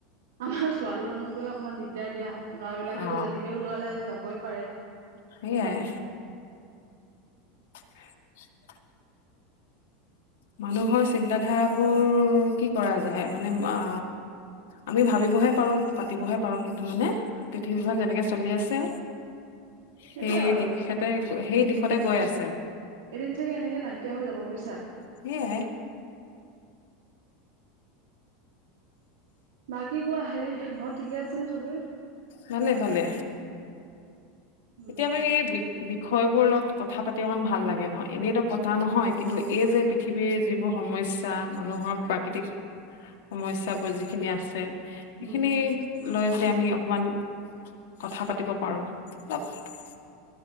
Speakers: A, on the right; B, on the left.
A: আমাৰ ছোৱালী মানুহ বোৰে অকনমান দিগদাৰ দিয়া, ল'ৰা বিলাকেতো
B: অ
A: যেনেকে ওলাই লৈ যাবই পাৰে।
B: সেইয়াই। <inaudible> মানুহৰ চিন্তা ধাৰাবোৰ কি কৰা যায় মানে অ আমি ভাবিবহে পাৰো, পাতিবহে পাৰো কিন্তু মানে পৃথিৱীখন যেনেকে চলি আছে সেই
A: সেইটোয়ে আৰু
B: দিশেতে, সেই দিশতে গৈ আছে আৰু
A: এদিন চাগে এনেকে নাইকিয়া হৈ যাব বুজিছা।
B: সেয়াই।
A: বা কি কোৱা হেৰি, ঘৰত ঠিকে আছে নে চবৰে।
B: ভালে-ভালে।
A: উম
B: এতিয়া মানে বি বি <unintelligible> বিষয়বোৰ অলপ কথা পাতি অকন ভাল লাগে ন? এনেইতো পতা নহয় কিন্তু এই যে পৃথিৱীৰ যিবোৰ সময় সমস্যা মানুহৰ প্ৰাকৃতিক সমস্যাবোৰ যিখিনি আছে সেইখিনি
A: উম
B: লৈ যদি আমি অকণমান কথা পাতিব পাৰোঁ আপ। <unintelligible>